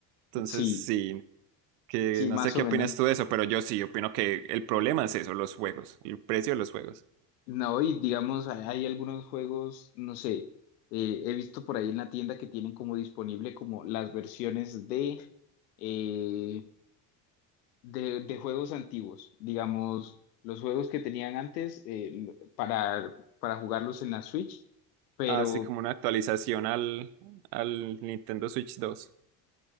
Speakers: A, on the right; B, on the left.
A: Entonces,
B: Sí,
A: sí que
B: sí,
A: no
B: más
A: sé qué
B: o menos.
A: opinas tú de eso, pero yo sí opino que el problema es eso, los juegos, el precio de los juegos.
B: No, y digamos, hay hay algunos juegos, no sé, eh, he visto por ahí en la tienda que tienen como disponible como las versiones de, eh, de, de juegos antiguos, digamos, los juegos que tenían antes eh, l- para, para jugarlos en la Switch, pero,
A: Así como una actualización al, al Nintendo Switch dos